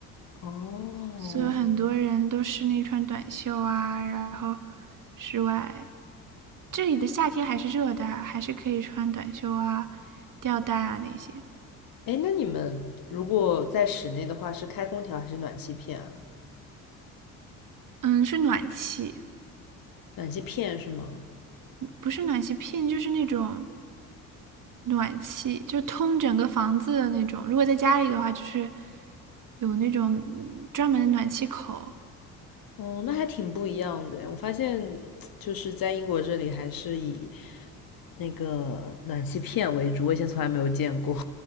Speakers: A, on the left (about 55°); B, on the right (about 50°).
A: 哦，
B: 所以很多人都室内穿短袖啊，然后室外这里的夏天还是热的，还是可以穿短袖啊、吊带啊那些。
A: 哎，那你们如果在室内的话，是开空调还是暖气片啊？
B: 嗯，是暖气，
A: 暖气片是吗？
B: 不是暖气片，就是那种暖气，就通整个房子的那种。如果在家里的话，就是有那种嗯专门的暖气口
A: 哦，那还挺不一样的诶。我发现就是在英国这里，还是以那个暖气片为主，我以前从来没有见过。